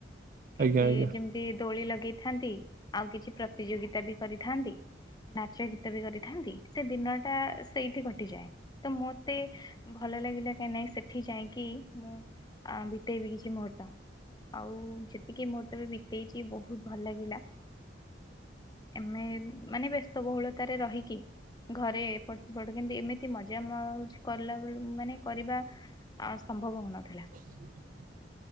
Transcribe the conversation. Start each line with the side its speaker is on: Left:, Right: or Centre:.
Right: ଆଜ୍ଞା
Left: ଏ କି
Right: ଆଜ୍ଞା
Left: ଯେମତି କି ଦୋଳି ଲଗେଇଥାନ୍ତି, ଆଉ କିଛି ପ୍ରତିଯୋଗିତା ବି କରିଥାନ୍ତି ନାଚ ଗୀତ ବି କରିଥାନ୍ତି, ସେ ଦିନଟା ସେଇଠି କଟିଯାଏ। ତ ମୁଁ ଏତେ ଭଲ ଲାଗିଲା କା ନାଇଁ ସେଠି ଯାଇଁକି, ମୁଁ ବିତେଇବି କିଛି ମୁହୂର୍ତ୍ତ। ଆଉ ଯେତିକି ମୁହୂର୍ତ୍ତ ବି ବିତେଇଚି ବହୁତ ଭଲ ଲାଗିଲା। ଏମେ ମାନେ ବ୍ୟସ୍ତ ବହୁଳତାରେ ରହିକି ଘରେ ଏପଟ ସେପଟ କିନ୍ତୁ ଏମିତି ମଜା ମଉଜ କଲା ବେଳକୁ ମାନେ କରିବା ଆଉ ସମ୍ଭବ ହଉନଥିଲା।
Right: <inaudible>